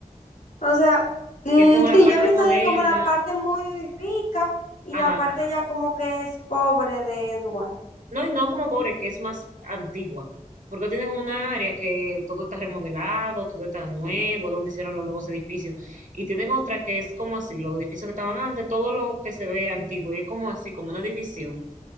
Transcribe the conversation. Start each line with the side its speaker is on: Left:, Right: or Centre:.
Left: O sea, mm,
Right: que es como la
Left: sí,
Right: parte
Left: yo he visto
Right: moderna
Left: de como la parte muy rica y
Right: Ajá.
Left: la parte ya como que es pobre de Dubái.
Right: No, y no como pobre, que es más antigua. Porque tienen un área que todo está remodelado, todo está nuevo, donde hicieron los nuevos edificios. Y tienen otra que es como así, los edificios que estaban antes, todo lo que se ve antiguo. Y es como así, como una división.